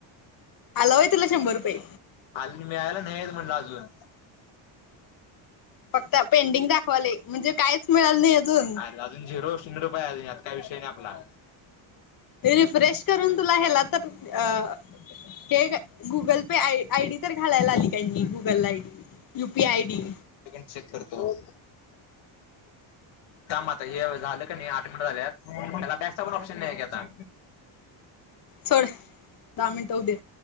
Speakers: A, on the left (about 40°); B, on the left (about 60°).
A: आला व्हय तुला शंभर रुपये.
B: आली मिळायला नाहीेत. म्हणलं अजून.
A: फक्त पेंडिंग दाखवाले. म्हणजे कायच मिळाल नाही अजून.
B: अ अजून झिरो शून रुपये आले. यात काय विषय नाही आपला.
A: तेने फ्रेश करून तुला ह्याला तर अ हे गुगल पे. आयडी तर घालायला आली. Google I D, UPI I D.
B: तच करतोऋ थांम आता हे झालं का नाहीऋल. आ झाल्यात. त्याला बॅकचा पण ऑप्शन नाही आता.
A: सोड दहा मिनटक्षहोऊद्ये.